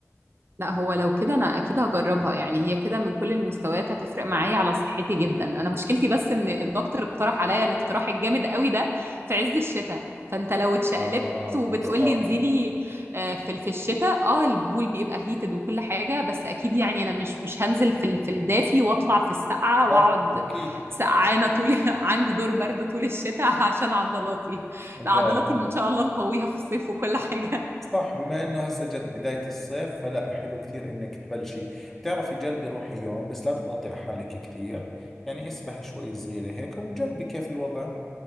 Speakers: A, on the right; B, in the centre.
A: لا هو لو كده انا اكيد هجربها يعني هي كده من كل المستويات هتفرق معايا على صحتي جدا انا مشكلتي بس ان الدكتور اقترح عليا الاقتراح الجامد قوي ده في عز الشتاء فانت لو اتشقلبت
B: اه
A: وبتقولي
B: صح
A: انزلي آه، في في الشتاء اه البول بيبقى هيتد وكل حاجه بس اكيد يعني انا مش مش هنزل في ال- في الدافي واطلع في السقعه
B: صح
A: واقعد
B: اكيد
A: سقعانه طول <laughs> عندي دور برد طول الشتاء عشان عضلاتي
B: لا
A: لا عضلاتي
B: لا
A: ان شاء الله نقويها في الصيف وكل حاجه
B: صح بما انه هسه جد بداية الصيف فلا حلو كثير انك تبلشي بتعرفي جربي روحي يوم بس لا تضغطي على حالك كثير يعني اسبحي شوي صغيرة هيك وجربي كيف الوضع